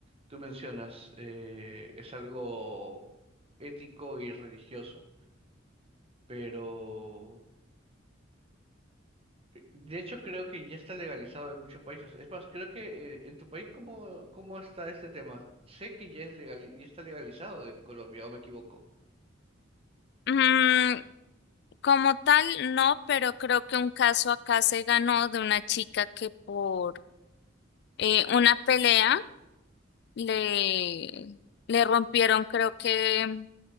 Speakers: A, on the right (about 30°); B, on the left (about 55°).
A: tú mencionas, eh, es algo ético y religioso, pero eh, de hecho creo que ya está legalizado en muchos países. Es más, creo que eh, en tu país, ¿cómo, cómo está este tema? Sé que ya es legal, ya está legalizado en Colombia, ¿o me equivoco?
B: Mm, como tal, no, pero creo que un caso acá se ganó de una chica que por eh, una pelea le, le rompieron, creo que